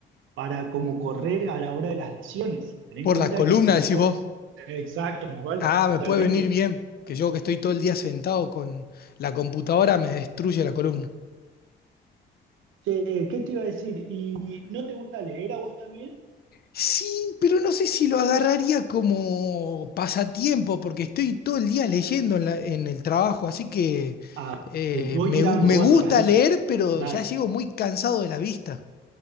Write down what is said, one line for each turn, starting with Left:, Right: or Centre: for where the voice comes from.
Right: para como correr a la hora de las lesiones. Ten en
Left: Por
Right: cuenta
Left: la columna,
Right: que si vos
Left: decís
Right: corres,
Left: vos.
Right: exacto, más vale,
Left: Ah,
Right: totalmente.
Left: me puede venir bien, que yo que estoy todo el día sentado con la computadora me destruye la columna.
Right: Che, ¿qué te iba a decir? ¿Y no te gusta leer a vos también?
Left: Sí, pero no sé si lo agarraría como pasatiempo, porque estoy todo el día leyendo en, la- en el trabajo, así que
Right: Ah,
Left: eh,
Right: te voy
Left: me,
Right: tirando
Left: gu- me
Right: otras
Left: gusta
Right: ahí.
Left: leer, pero
Right: Dale.
Left: ya llego muy cansado de la vista.